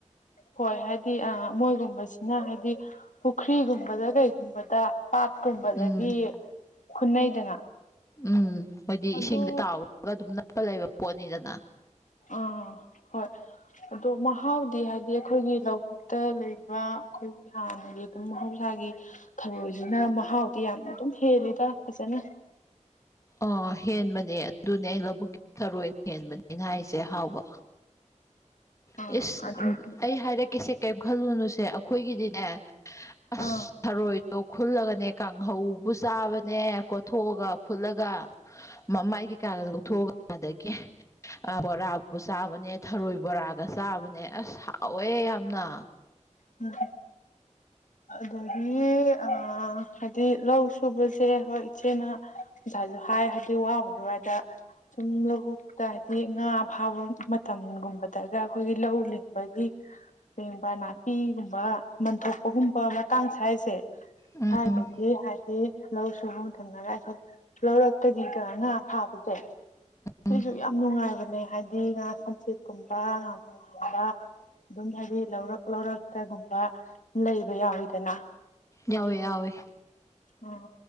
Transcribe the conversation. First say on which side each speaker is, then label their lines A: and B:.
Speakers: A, on the left; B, on the left.
A: ꯍꯣꯏ ꯍꯥꯏꯗꯤ ꯑ ꯃꯣꯏꯒꯨꯝꯕꯁꯤꯅ ꯍꯥꯏꯗꯤ ꯄꯨꯈ꯭ꯔꯤꯒꯨꯝꯕꯗ ꯀꯩꯒꯨꯝꯕꯗ ꯄꯥꯠꯀꯨꯝꯕꯗꯒꯤ
B: ꯎꯝ
A: ꯈꯨꯟꯅꯩꯗꯅ
B: ꯎꯝ ꯃꯣꯏꯗꯤ
A: ꯑꯗꯣ
B: ꯏꯁꯤꯡꯗ ꯇꯥꯎꯔꯒ ꯑꯗꯨꯝ ꯅꯞꯄ ꯂꯩꯕ ꯄꯣꯠꯅꯤꯗꯅ
A: ꯑꯥ ꯍꯣꯏ ꯑꯗꯣ ꯃꯍꯥꯎꯗꯤ ꯍꯥꯏꯗꯤ ꯑꯩꯈꯣꯏꯒꯤ ꯂꯧꯕꯨꯛ ꯇ ꯂꯩꯕ ꯑꯩꯈꯣꯏꯒꯤ ꯍꯥꯟꯅꯒꯤ ꯑꯗꯨꯝ ꯃꯍꯧꯁꯥꯒꯤ ꯊꯔꯣꯏꯁꯤꯅ ꯃꯍꯥꯎꯗꯤ ꯌꯥꯝꯅ ꯑꯗꯨꯝ ꯍꯦꯜꯂꯤꯗ ꯐꯖꯅ
B: ꯑ ꯍꯦꯟꯕꯅꯦ ꯑꯗꯨꯅꯦ ꯂꯧꯕꯨꯛꯀꯤ ꯊꯔꯣꯏꯅ ꯍꯦꯟꯕꯅꯦꯅ ꯍꯥꯏꯁꯦ ꯍꯥꯎꯕ
A: ꯑꯥ
B: ꯏꯁ
A: ꯑꯗꯒꯤ
B: ꯑꯩ ꯍꯥꯏꯔꯛꯀꯦꯁꯦ ꯀꯔꯤꯝ ꯈꯜꯂꯨꯅꯨꯁꯦ ꯑꯩꯈꯣꯏꯒꯤꯗꯤꯅꯦ ꯑꯁ
A: ꯑꯥ
B: ꯊꯔꯣꯏꯗꯣ ꯈꯨꯜꯂꯒꯅꯦ ꯀꯥꯡꯍꯧꯕꯨ ꯆꯥꯕꯅꯦ ꯀꯣꯊꯣꯛꯑꯒ ꯐꯨꯠꯂꯒ ꯃꯃꯥꯏ ꯀꯩꯀꯥꯗ ꯂꯧꯊꯣꯛꯑꯒ ꯑꯗꯒꯤ ꯕꯣꯔꯥꯕꯨ ꯆꯥꯕꯅꯦ ꯊꯔꯣꯏ ꯕꯣꯔꯥ ꯒ ꯆꯥꯕꯅꯦ ꯑꯁ ꯍꯥꯎꯑꯦ ꯌꯥꯝꯅ
A: ꯎꯝ ꯑꯗꯒꯤ ꯑ ꯍꯥꯏꯗꯤ ꯂꯧ ꯁꯨꯕꯁꯦ ꯍꯣꯏ ꯏꯆꯦꯅ ꯉꯁꯥꯏꯁꯨ ꯍꯥꯏ ꯍꯥꯏꯗꯤ ꯋꯥꯕꯨꯗꯤ ꯋꯥꯏꯗ ꯁꯨꯝ ꯂꯧꯕꯨꯛꯇ ꯍꯥꯏꯗꯤ ꯉꯥ ꯐꯥꯕ ꯃꯇꯝꯒꯨꯝꯕꯗꯒ ꯑꯩꯈꯣꯏꯒꯤ ꯂꯧ ꯂꯤꯡꯕꯒꯤ ꯄꯦꯡꯕ ꯅꯥꯄꯤꯒꯨꯝꯕ ꯃꯟ ꯊꯣꯛ ꯑꯗꯨꯒꯨꯝꯕ ꯃꯇꯥꯡ ꯁ꯭ꯋꯥꯁꯦ
B: ꯎꯝ
A: ꯁ꯭ꯋꯥꯏꯗꯒꯤ ꯍꯥꯏꯗꯤ ꯂꯧ ꯁꯨꯕ ꯃꯇꯝꯝꯅꯒ ꯑꯩꯈꯣꯏ ꯂꯧꯔꯛꯇꯒꯤꯒ ꯉꯥ ꯐꯥꯕꯁꯦ ꯁꯤꯒꯤꯁꯨ
B: ꯎꯝ
A: ꯌꯥꯝ ꯅꯨꯡꯉꯥꯏꯕꯅꯦ ꯍꯥꯏꯗꯤ ꯉꯥ ꯁꯝꯆꯦꯠꯀꯨꯝꯕ ꯉꯥꯨꯉꯕ ꯑꯗꯨꯝ ꯍꯥꯏꯗꯤ ꯂꯧꯔꯛ ꯂꯧꯔꯛꯇꯒꯨꯝꯕ ꯂꯩꯕ ꯌꯥꯎꯋꯤꯗꯅ
B: ꯌꯥꯎꯋꯦ ꯌꯥꯎꯋꯦ
A: ꯎꯝ